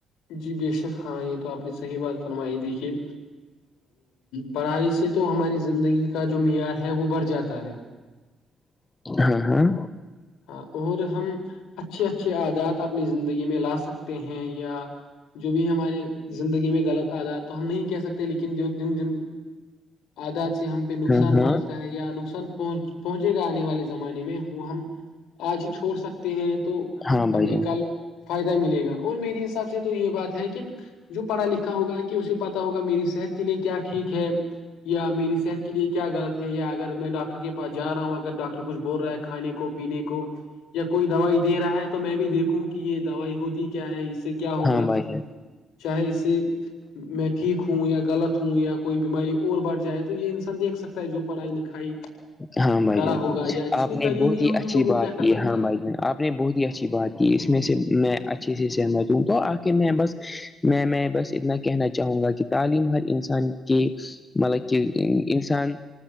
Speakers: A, on the left; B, on the left.
A: جی بے شک ہاں یہ تو آپنی صحیح بات فرمائی دیکھیے پڑھائی سے تو ہماری زندگی کا جو معیار ہے وہ بڑھ جاتا ہے
B: ہاں ہوں
A: ہاں اور ہم اچھے اچھے عادات اپنی زندگی میں لا سکتے ہیں یا جو بھی ہماریے زندگی میں غلط آدا تو ہم نہیں کہہ سکتے لیکن جن جن جن آدات سے ہم پہ نقصان
B: ہاں ہاں
A: پہنچتا یا نقصان پہن پہنچے گا آنے والے زمانے میں وہ ہم آج ہی چھوڑ سکتے ہیں تو
B: ہاں
A: ہمیں
B: بھائی جان
A: کل فائدہ ملے گا اور میرے حساب سے تو یہ بات ہے کہ جو پڑھا لکھا ہوگا کہ اسے پتا ہوگا میری صحت کے لیے کیا ٹھیک ہے یا میری صحت کے لیے کیا غط ہے یا اگر میں ڈاکٹر کے پا جا رہا ہوں اگر ڈاکٹر کچھ بول رہا ہے کھانے کو پینے کو یا کوئی دوائی دے رہا ہے تو میں بھی دیکھوں کہ یہ دوائی ہوتی کیا ہے اس سے کیا ہوگا
B: ہاں بھائی جان
A: چاہے اسے میں ٹھیک ہوں یا غط ہوں یا کوئی بیماری اور بڑھ جائے تو یہ انسان دیکھ سکتا ہے جو پڑھائی لکھائی
B: ہاں بھائی
A: کرا
B: جان
A: ہوگا یا جس
B: آپ
A: نے کری
B: بہت
A: نہیں
B: ہی
A: ہوگی
B: اچھی
A: تو وہ
B: بات
A: کیا کر
B: یہ
A: سکتا
B: ہماں
A: ہے
B: بائی جن آپ نے بہت ہی اچھی بات کی اس میں سے میں اچھے سے سہمت ہوں تو آخر میں بس میں میں بس اتنا کہنا چاہوں گا کہ تعلیم ہر انسان کے مطلب کہ کسان